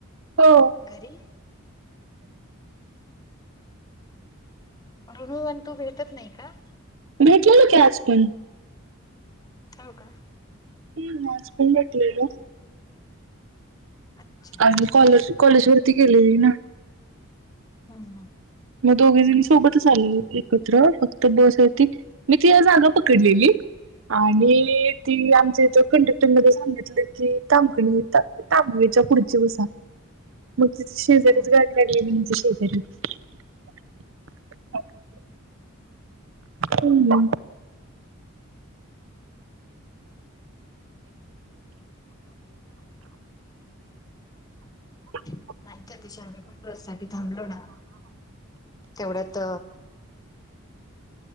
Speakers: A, on the right; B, on the left.
A: हो
B: घरी ऋणू आणि तू भेटत नाही का
A: भेटलेला की आज पण
B: हो का
A: ह आजपण भेटलेल
B: अच्छा
A: आज मी कॉलेज कॉलेज वरती गेलेली ना
B: हम् हम
A: मग दोघे जण सोबतच आले एकत्र फक्त बस येतील मी तिजा जागा पकडलेली आणि ती आमच्या इथ कंडक्टर पण सांगितलं की थामखणी येतात तांबवेच्या पुढची बसा मग ति शेजारीच
B: हम्म.
A: गाडी आलेली मग शेजारी <unintelligible> हम्म <unintelligible>
B: नाही तर तिच्या आम्ही पण बससाठी थांबलो ना तेवढ्यात